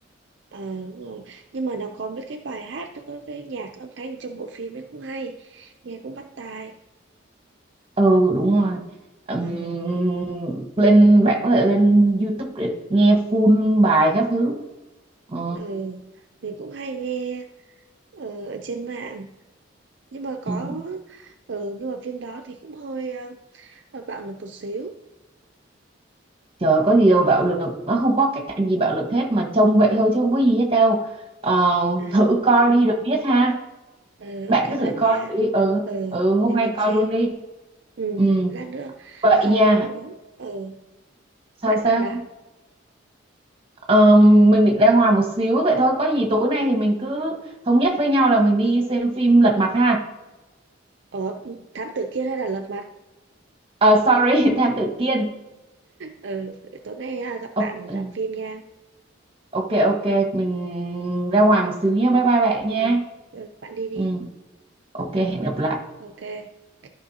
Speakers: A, on the right (about 60°); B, on the right (about 25°).
A: Ờ, đúng rồi. Nhưng mà nó có mấy cái bài hát nó có cái nhạc âm thanh trong bộ phim ấy cũng hay nghe cũng bắt tai
B: ừ đúng rồi Ừm,
A: ừ.
B: lên bạn có thể lên YouTube để nghe full bài các thứ ừ,
A: ừ. mình cũng hay nghe ờ, ở trên mạng nhưng mà có
B: ừ.
A: ừ. nhưng mà phim đó thì cũng hơi ờ, bạo lực một xíu
B: trời có gì đâu bạo lực nó không có cái cảnh gì bạo lực hết mà trông vậy thôi chứ không có gì hết đâu Ờ,
A: à,
B: thử coi đi rồi biết ha
A: ừ, ok
B: bạn cứ thử
A: bạn
B: coi
A: nha
B: thử đi ừ
A: ừ
B: ừ hôm
A: để
B: nay
A: mình
B: coi
A: xem
B: luôn đi
A: ừ
B: ừ
A: lát nữa
B: vậy
A: sau
B: nha
A: ừ
B: sao
A: bạn
B: sao
A: bận à
B: Ờ, mình định ra ngoài một xíu vậy thôi có gì tối nay thì mình cứ thống nhất với nhau là mình đi xem phim Lật Mặt ha
A: ờ thám tử kia đây là lật mặt
B: Ờ, sorry <laughs> Thám Tử Kiên
A: ừ tối nay à, gặp
B: ok
A: bạn ở
B: ừ,
A: rạp phim nha
B: ok ok mình ra ngoài một xíu nha bye bye bạn
A: ừ
B: nha
A: ừ, bạn đi đi
B: ừ ok hẹn gặp lại
A: ok ok